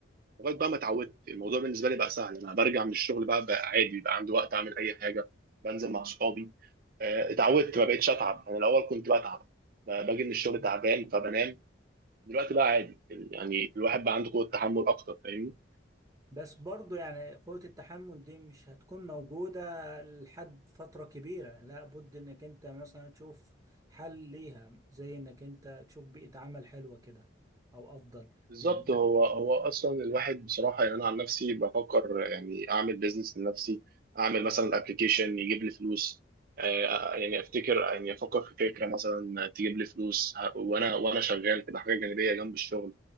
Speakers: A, on the right (about 45°); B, on the right (about 20°).
A: لغايه بقى ما اتعودت الموضوع بالنسبه لي بقى سهل انا برجع من الشغل بقى بقى عادي بقى عندي وقت اعمل اي حاجه بنزل مع اصحابي آه، اتعودت ما بقتش اتعب انا الاول كنت بتعب ب- باجي من الشغل تعبان فبنام دلوقتي بقى عادي يعني الواحد بقى عنده قوه تحمل اكتر فاهمني
B: بس برضو يعني قوة التحمل دي مش هتكون موجودة لحد فترة كبيرة لا بد انك انت مثلا تشوف حل ليها زي انك انت تشوف بيئة عمل حلوة كده او افضل
A: بالظبط
B: يعني
A: هو هو اصلا الواحد بصراحه يعني انا عن نفسي بفكر يعني اعمل بيزنس لنفسي اعمل مثلا ابلكيشن يجيب لي فلوس آه، يعني افتكر يعني افكر في فكره مثلا تجيب لي فلوس ه- وانا وانا شغال تبقى حاجه جانبيه جنب الشغل